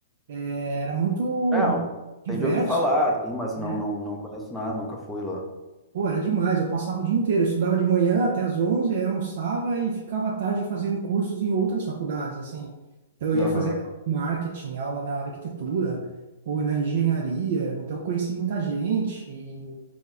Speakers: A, on the right (about 60°); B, in the centre.
A: era muito
B: É,
A: di-
B: eu
A: diverso.
B: tenho de ouvir falar, assim, mas
A: né?
B: não, não, não conheço nada, nunca fui lá.
A: Pô, era demais, eu passava o dia inteiro, eu estudava de manhã até as onze aí almoçava e ficava à tarde fazendo cursos em outras faculdades, assim. Então, eu ia
B: Aham.
A: fazer marketing, aula na arquitetura ou na engenharia, então eu conheci muita gente, e,